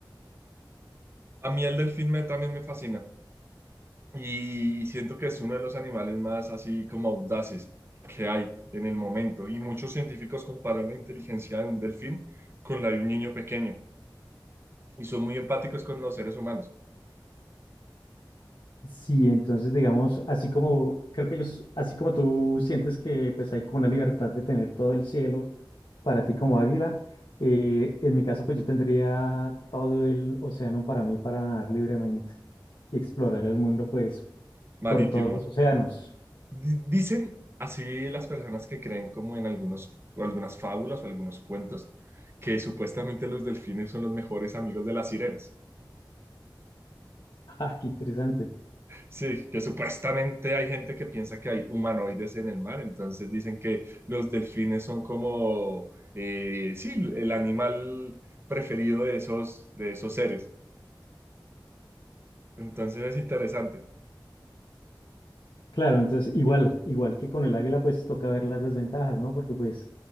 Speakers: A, on the right; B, on the left.
A: A mí el delfín me, también me fascina y siento que es uno de los animales más así como audaces que hay en el momento y muchos científicos comparan la inteligencia de un delfín con la de un niño pequeño y son muy empáticos con los seres humanos
B: Sí, entonces digamos, así como creo que ellos, así como tú sientes que pues hay como una libertad de tener todo el cielo para ti como águila, eh, en mi caso pues yo tendría todo el océano para mí para nadar libremente y explorar el mundo pues
A: marítimos.
B: por todos los océanos.
A: Di- Dicen así las personas que creen como en algunos, o algunas fábulas o algunos cuentos, que supuestamente los delfines son los mejores amigos de las sirenas.
B: <laughs> Ah, qué interesante.
A: Sí, que supuestamente hay gente que piensa que hay humanoides en el mar, entonces dicen que los delfines son como, eh, sí, el animal preferido de esos, de esos seres. Entonces es interesante.
B: Claro, entonces igual, igual que con el águila, pues toca ver las desventajas, ¿no? Porque pues